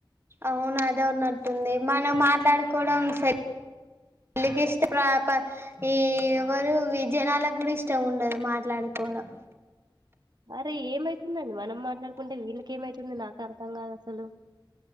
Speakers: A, on the right; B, on the right.
A: అవును అదే ఉన్నట్టుంది మనం మాట్లాడుకోవడం స <unintelligible> ఇష్టా <inaudible> ఈ ఎవ్వరు జనాలకు కూడా ఇష్టం ఉండదు మాట్లాడుకోవడం
B: అరే ఏమైతుందండి మనం మాట్లాడుకుంటే వీళ్ళకి ఏమైతుంది నాకు అర్థం కాదు అసలు